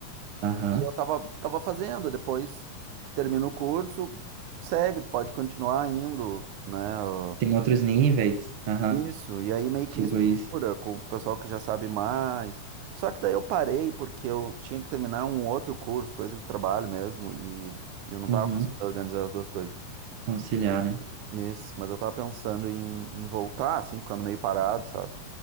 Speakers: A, on the right; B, on the right.
A: Aham.
B: e eu tava, tava fazendo, depois que termina o curso, segue, tu pode continuar indo, né? ó,
A: Tem outros níveis? Aham,
B: Isso, e aí meio
A: tipo
B: que mistura
A: isso.
B: com o pessoal que já sabe mais. Só que daí eu parei porque eu tinha que terminar um outro curso, coisa de trabalho mesmo, e eu não
A: Uhum.
B: tava conseguindo organizar as duas coisas.
A: Conciliar, né?
B: Isso, mas eu tava pensando em, em voltar, assim, ficando meio parado, sabe?